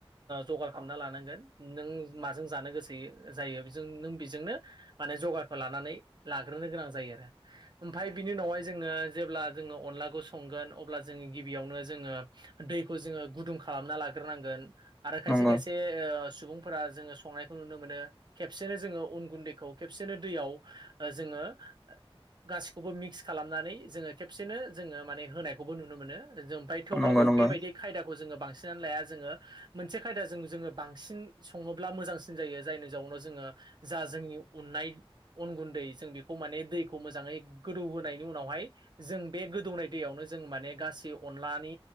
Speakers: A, on the right (about 50°); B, in the centre.
A: जगार खालामना लानांगोन नों माजों जानो गोसो हो जायो बेजों नों बेजोंनो माने जगारखौ लानानै लाग्रोनो गोनां जायो। ओमफ्राय बिनि उनावहाय जोङो जेब्ला जोङो अनलाखौ संगोन अब्ला जोङो गिबियावनो जोङो। दैखौ जोङो गुदुं खालामना लाग्रोनांगोन आरो खायसे
B: नंगौ
A: खायसे सुबुं फोर जोङो संनायखौ नुनो मोनो। खेबसेनो जोङो उन गुन्दैखौ खेबसेनो दैयाव जोङो गासिखौबो मिक्स खालामनानै जा खेबसेनो जोङो माने होनायखौबो नुनो मोनो जों ओमफ्राय थेवब्लाबो
B: नंगौ नंगौ नोंथां
A: बे खायदाखौ जोङो बांसिन लाया जोङो। मोनसे खायदाजों जोङो बांसिन सङोब्ला मोजांसिन जायो जायनि जाउनाव जोङो। जा जोंनि उननाय अन गुन्दै जों बेखौ माने दैखौ मोजाङै गोदौ होनायनि उनावहाय। जों बे गोदौनाय दैयावनो जों माने गासै अनलानै